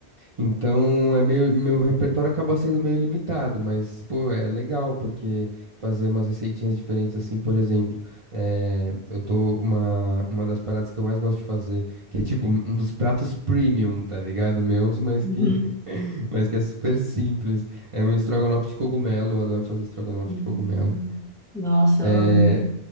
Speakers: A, on the right; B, in the centre.
A: Então, é meio, meu repertório acaba sendo meio limitado, mas, pô, é legal, porque fazer umas receitinhas diferentes, assim, por exemplo, eh, eu tô, uma, uma das paradas que eu mais gosto de fazer, que é tipo um dos pratos premium, tá ligado? Meus, mas
B: Uhum.
A: que, <laughs> mas que é super simples, é meu estrogonofe de cogumelo, eu adoro fazer estrogonofe
B: Hum.
A: de cogumelo.
B: Nossa, amo.
A: Eh,